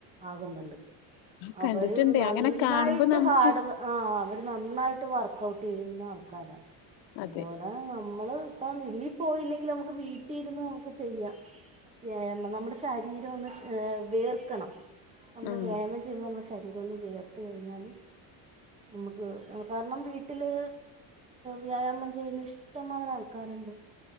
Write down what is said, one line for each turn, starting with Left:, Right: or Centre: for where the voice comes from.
Right: ആകുന്ന്ണ്ട്
Left: കണ്ടിട്ടുണ്ട്
Right: അവര് നന്നായിട്ട്
Left: അങ്ങനെ കാണുമ്പോ നമുക്ക്
Right: ഹാഡ് ആ അവര് നന്നായിട്ട് വർക്കഔട്ട് ചെയ്യുന്ന ആൾക്കാര അതുപോലെ
Left: അതെ
Right: നമ്മള് ട്ട നി പോയില്ലെങ്കിലും നമുക്ക് വീട്ടീ ഇര്ന്ന് നമുക്ക് ചെയ്യാ വ്യായാമം നമ്മുടെ ശരീരൊന്ന് വേയർക്കണം നമ്മള്
Left: ഉം
Right: വ്യായമം ചെയ്യുമ്പോൾ നമ്മുടെ ശ ഇതൊന്ന് വിയർത് കഴിഞ്ഞാല് മ്മക്ക് കാരണം വീട്ടില് വ്യായാമം ചെയ്യുന്ന ഇഷ്ട്ടംമ്മാരെ ആൾക്കാര്ണ്ട്